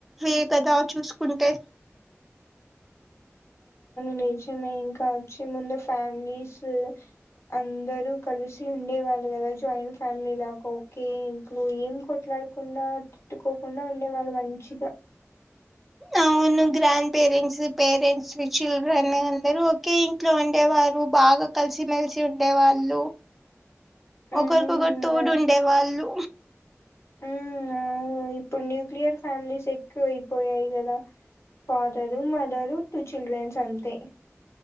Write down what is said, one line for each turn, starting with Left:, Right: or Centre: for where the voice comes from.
Centre: వే కదా చూసుకుంటే
Left: నిజమె యిన్కా వచ్చి ముందు ఫ్యామిలీస్ అందరు కలిసి ఉండే వాళ్ళు కదా జాయింట్ ఫ్యామిలీలాగా కే ఇంట్లో ఏం కొట్లాడకుండా తిట్టుకోకుండా ఉండే వాళ్ళు మంచిగా
Centre: అ అవును గ్రాండ్ పేరెంట్స్ పేరెంట్స్ చిల్డ్రన్ అందరు ఒకే ఇంట్లో ఉండేవారు బా బాగా కలిసిమెలిసి ఉండే వాళ్ళు
Left: ఉమ్
Centre: ఒకరికొకరు తోడు ఉండే వాళ్ళు
Left: ఉమ్ అవును ఇప్పుడు న్యూక్లియర్ ఫ్యామిలీస్ ఎక్కువ అయిపోయాయి కదా ఫాదరు మదరు టూ చిల్డ్రన్స్ అంతే